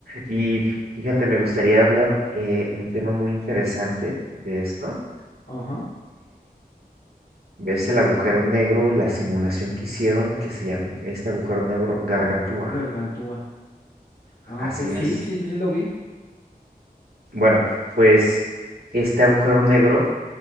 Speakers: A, on the right; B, on the left.
A: Y f- fíjate, me gustaría hablar eh, un tema muy interesante de esto,
B: Ajá.
A: ¿Ves el agujero negro, la simulación que hicieron que se llama este agujero negro Gargantúa?
B: Gargantúa. Ah,
A: Así
B: ok, sí,
A: es.
B: sí, sí lo vi.
A: Bueno, pues este agujero negro,